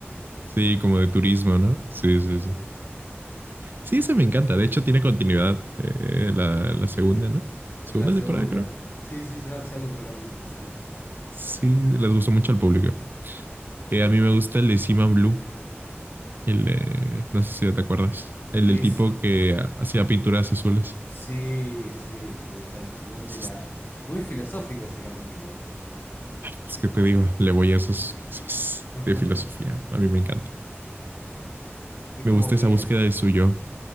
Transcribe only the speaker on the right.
Sí, como
de turismo, ¿no? Sí, sí,
sí. Sí, esa me encanta. De hecho, tiene continuidad eh, la, la segunda, ¿no? Segunda
temporada, creo.
Sí,
les gustó mucho al público. Eh, a mí me gusta el de Seaman Blue, el eh, no sé si te acuerdas, el
del tipo que ha- hacía pinturas azules.
Es,
es que te digo, le voy a esas cosas
de filosofía. A mí me encanta.
Me
gusta
esa búsqueda de su yo.